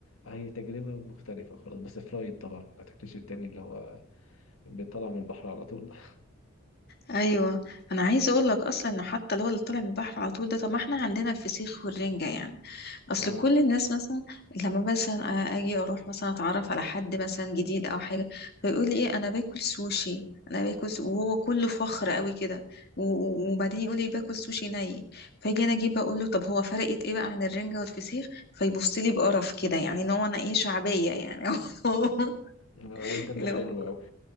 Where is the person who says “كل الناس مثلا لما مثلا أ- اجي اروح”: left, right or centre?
Left